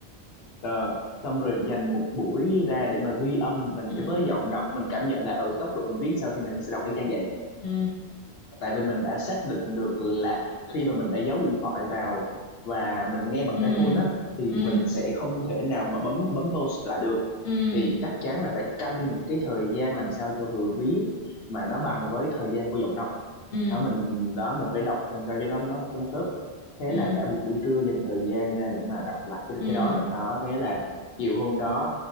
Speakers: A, on the left; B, on the left.
A: Ờ, xong rồi dành một buổi ra để mà ghi âm mình
B: ừ
A: với giọng đọc mình cảm nhận là ở ừ, tốc độ mình viết sao thì mình sẽ đọc y chang vậy
B: ừ
A: tại vì mình đã xác định được là khi mà mình đã giấu điện thoại vào và mình nghe bằng
B: ừ
A: tai phone á thì
B: ừ
A: mình sẽ không thể nào mà bấm bấm pause lại được
B: ừ
A: thì chắc chắn là phải canh cái thời gian làm sao cho vừa viết mà nó bằng với thời gian của giọng đọc
B: ừ
A: đó mình đó mình phải đọc làm sao cho nó nó nó khớp thế
B: ừ
A: là cả một buổi trưa dành thời gian ra để mà đọc lại cái
B: ừ
A: cái đó đó thế là chiều hôm đó